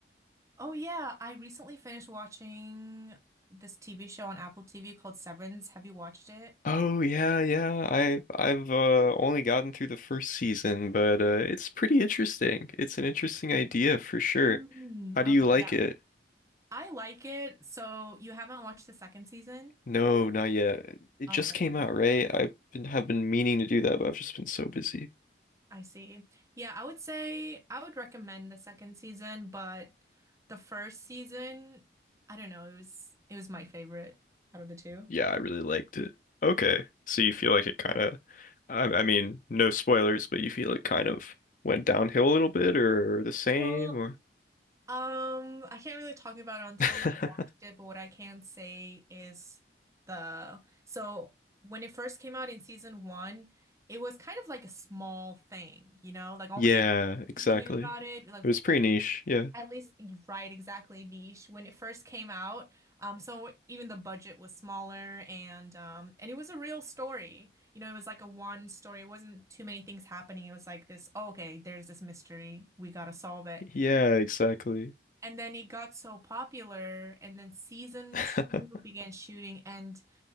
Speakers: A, on the right; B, on the left.
A: Oh yeah, I recently finished watching this TV show on Apple TV called Severance. Have you watched it?
B: Oh yeah, yeah. I I've uh, only gotten through the first season, but uh, it's pretty interesting. It's an interesting idea for sure.
A: Mm,
B: How do
A: okay,
B: you like
A: yeah.
B: it?
A: I like it. So you haven't watched the second season?
B: No, not yet. It
A: Okay,
B: just came out, right? I've been have been meaning to do that, but I've just been so busy.
A: I see. Yeah, I would say I would recommend the second season, but the first season, I don't know, it was it was my favorite out of the two.
B: Yeah, I really liked it. Okay. So you feel like it kind of, I, I mean, no spoilers, but you feel it kind of went downhill a little bit or the same
A: Well,
B: or
A: um, I can't really talk about it until
B: <laughs>
A: you've watched it, but what I can say is the so when it first came out in season one, it was kind of like a small thing, you know, like only
B: Yeah,
A: a handful of
B: exactly.
A: people knew about it, like
B: It was pretty
A: at
B: niche. Yeah.
A: at least right, exactly niche when it first came out. Um, so even the budget was smaller and um and it was a real story. You know, it was like a one story. It wasn't too many things happening. It was like this, oh, okay, there's this mystery. We gotta solve it.
B: Yeah, exactly.
A: And then it got so popular, and then season
B: <laughs>
A: two began shooting. And